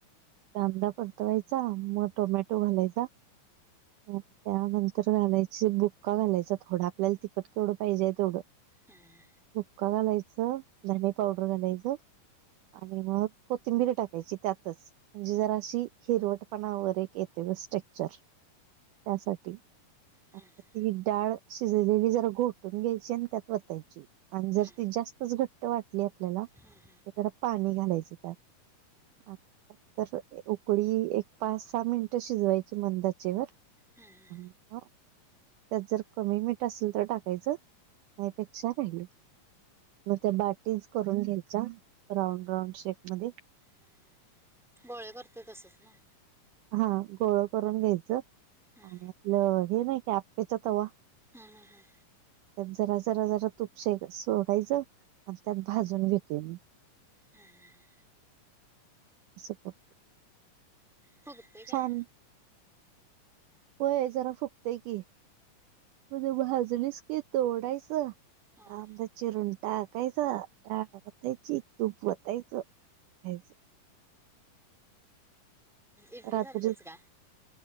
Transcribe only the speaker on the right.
कांदा परतवायचा, मग टोमॅटो घालायचा. त्यानंतर घालायचे बुक्का घालायचा थोडं आपल्याला तिखट केवढं पाहिजे तेवढं.
बुक्का घालायचं धने पावडर घालायचं. आणि मग कोथिंबीरी टाकायची त्यातच, म्हणजे जरा अशी हिरवट पणा वर एक येते व स्ट्रेक्चर त्यासाठी.
आता ती डाळ शिजलेली जरा घोटून घ्यायची आणि त्यात वतायची. आणि जर
ती जास्तच घट्ट वाटली आपल्याला,
तर पाणी घालायचं त्यात. आणि नंतर उकळी एक पाच सहा मिनिटं शिजवायची मंद आचेवर.
आणि मग त्यात जर कमी मीठ असेल तर टाकायचं. यापेक्षा राहिलं, मग त्या बाटीच करून घ्यायच्या. राऊंड राऊंड शेप मध्ये
हा गोळं करून घ्यायचं
आणि आपलं हे नाहि का आप्पेचा तवा
त्यात जरा जरा जरा तुप श सोडायचं आणि त्यात भाजून घेतेय मी.
<unintelligible>
छान
होय जरा फुक्तय की म्ह भाजलीस की तोडायचं
आमद चिरून टाकायचं डाळ वतायची तूप वतायचं हेच
रात्री